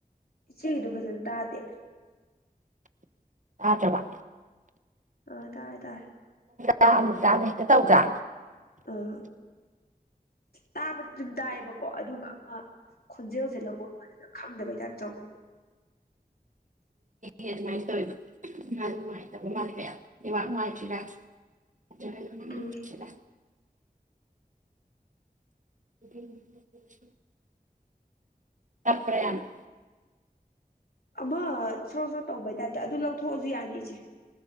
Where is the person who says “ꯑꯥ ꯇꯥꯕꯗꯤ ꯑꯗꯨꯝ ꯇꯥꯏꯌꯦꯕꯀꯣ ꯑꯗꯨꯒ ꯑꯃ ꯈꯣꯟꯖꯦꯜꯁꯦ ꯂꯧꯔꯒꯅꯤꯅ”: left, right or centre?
Left